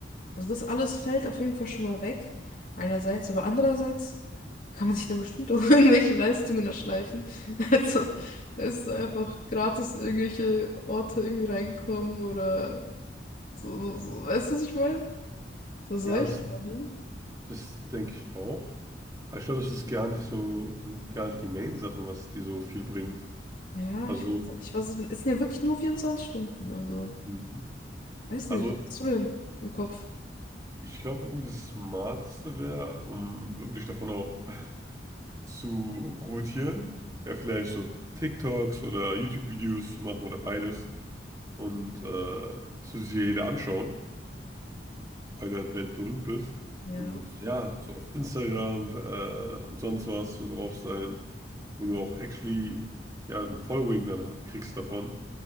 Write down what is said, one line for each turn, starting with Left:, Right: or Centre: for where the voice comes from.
Left: Also das alles fällt auf jeden Fall schon mal weg, einerseits, aber andererseits kann man sich dann bestimmt auch <laughs> irgendwelche Leistungen erschleichen. <laughs> Also es ist einfach gratis in irgendwelche Orte irgendwie reinkommen oder so, so, so. Weißt du, was ich meine? So solche
Right: Ja, das,
Left: Sachen.
Right: das denke ich auch. Aber ich glaube, es ist gar nicht so, sind gar nicht die Main-Sachen, was die so viel bringt.
Left: Ja,
Right: Also,
Left: ich weiß ja nicht, was es es sind ja wirklich nur 24 Stunden, also
Right: Mhm.
Left: weiß
Right: also
Left: nicht, was hast du denn im Kopf?
Right: Ich glaube, irgendwie das Smarteste wäre, um wirklich davon auch <laughs> zu profitieren, wäre vielleicht so TikToks oder YouTube-Videos zu machen oder beides. Und äh, das würde sich ja jeder anschauen, weil du halt weltberühmt bist.
Left: Ja.
Right: Und ja, so auf Instagram äh, und sonst was so drauf sein, wo du auch actually ja ein Following dann kriegst davon.